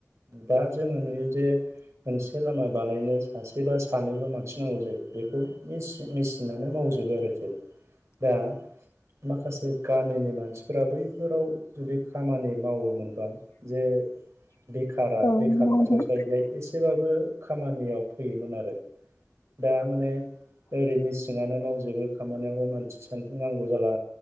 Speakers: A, on the right; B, on the left.
A: दा जोङो नुयो जे मोनसे लामा बानायनो सासेबा सानैल' मानथिनांगौ जायो बेखौ मेसििनानो मावजोबो आरोखि दा माखासे गामिनि मानसिफोरा बैफोराव जुदि खामानि मावोमोनबा जे बेखारा
B: औ
A: बेखार
B: नंगौ
A: थास'
B: नोंथां
A: सायदिहाय एसेबाबो खामानियाव फैयोमोन आरो दा माने ओरै मेसिंआनो मावजोबो खामानियावबो मानसि सानसि नांगौ जाला